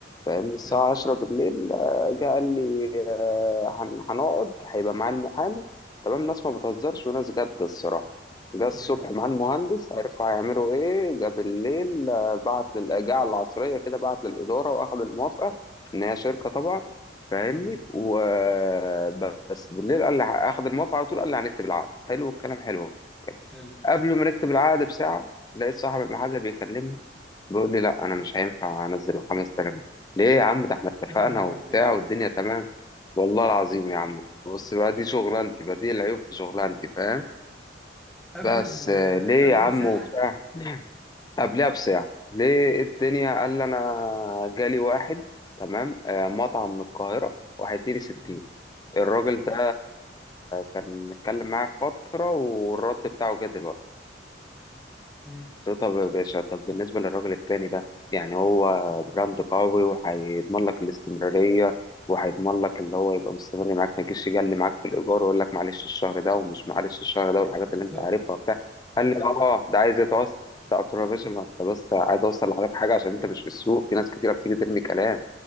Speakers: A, on the left (about 20°); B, in the centre.
A: فاهمني الساعة
B: حلو
A: عشرة بالليل آه، جه قال لي آه، هن- هنقعد هيبقى معاه المحامي تمام ناس ما بتهزرش وناس جد الصراحة جه الصبح
B: جامد
A: مع
B: والله
A: المهندس عرفوا هيعملوا ايه جه بالليل آه، بعت لل... جه على العصرية كده بعت للإدارة وأخد الموافقة إن هي شركة طبعا فاهمني
B: امم
A: وبس بالليل قال لي اخد الموافقه على طول قال لي هنكتب العقد حلو الكلام حلو
B: حلو
A: قبل ما نكتب العقد بساعه لقيت صاحب المحل بيكلمني بيقول لي لا انا مش هينفع انزل ال 5000 دي. ليه يا عم ده احنا اتفقنا
B: يا نهار
A: وبتاع
B: ابيض
A: والدنيا تمام والله العظيم يا عم بص بقى دي شغلانتي بقى دي العيوب في شغلانتي فاهم
B: قبل
A: بس
B: ال
A: آه، ليه
B: قبله
A: يا عم
B: بساعه
A: وبتاع قبلها بساعه ليه إيه الدنيا قال لي انا جالي واحد تمام آه، مطعم من القاهره وهيديني 60
B: امم
A: الراجل ده كان متكلم معاه فترة والرد بتاعه جه دلوقتي
B: امم
A: قلت له طب يا باشا طب بالنسبة للراجل التاني ده يعني هو براند قوي وهيضمن لك الاستمرارية وهيضمن لك اللي هو يبقى مستمر معاك ما يجيش يجلي معاك في الإيجار ويقول لك معلش الشهر ده ومش معلش الشهر ده والحاجات
B: بالظبط
A: اللي أنت عارفها وبتاع قال لي اه ده عايز يتوسع قلت له يا باشا ما أنت بس عايز أوصل لحضرتك حاجة عشان أنت مش في السوق في ناس كتيرة بتيجي ترمي كلام